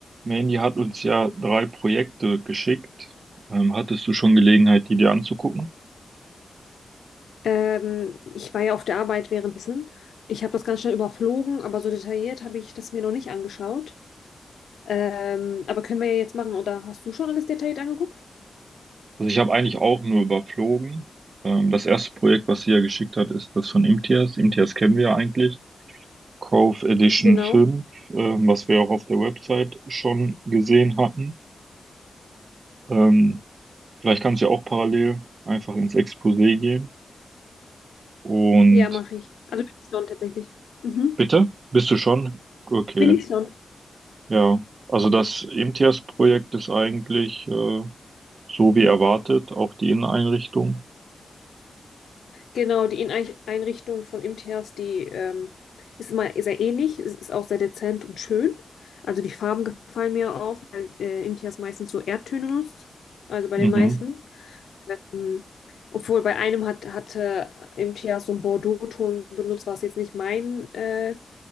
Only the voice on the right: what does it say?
Mandy hat uns ja drei Projekte geschickt. Ähm, hattest du schon Gelegenheit, die dir anzugucken?
Also ich habe eigentlich auch nur überflogen. Ähm, das erste Projekt, was sie ja geschickt hat, ist das von Imtiaz. Imtiaz kennen wir ja eigentlich. Cove Edition
fünf, ähm, was wir auch auf der Website schon gesehen hatten. Ähm, vielleicht kannst du ja auch parallel einfach ins Exposé gehen. Und
bitte? Bist du schon? Okay,
ja. Also das Imtiaz-Projekt ist eigentlich... Äh, So wie erwartet, auch die Inneneinrichtung.
Mhm.